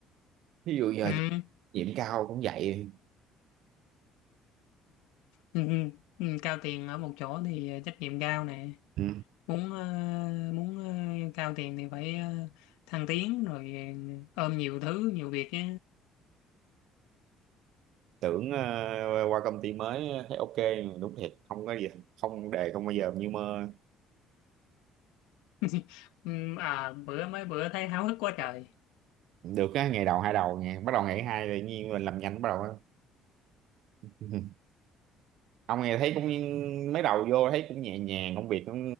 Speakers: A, on the right (about 70°); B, on the left (about 80°).
A: ví dụ giờ
B: ừ.
A: điểm cao cũng vậy
B: Ừ. ừ, ừ, cao tiền ở một chỗ thì ờ, trách nhiệm cao nè
A: Ừ.
B: muốn ờ, muốn ờ, cao tiền thì phải ờ, thăng tiến rồi ờ, ôm nhiều thứ nhiều việc chứ
A: tưởng ờ, qua công ty mới thấy ok đúng thiệt không có gì không đề không bao giờ như mơ
B: <laughs> Ừm, à bữa mấy bữa thấy háo hức quá trời
A: được á ngày đầu hai đầu nghe bắt đầu ngày thứ hai tự nhiên mình làm nhanh bắt đầu á. <laughs> ông nghe thấy cũng mấy đầu vô thấy cũng nhẹ nhàng công việc cũng